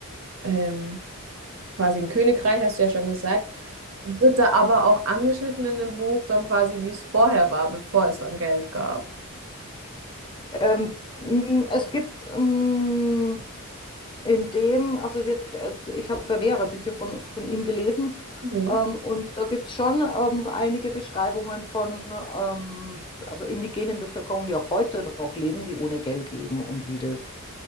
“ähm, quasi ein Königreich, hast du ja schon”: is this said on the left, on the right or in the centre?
Right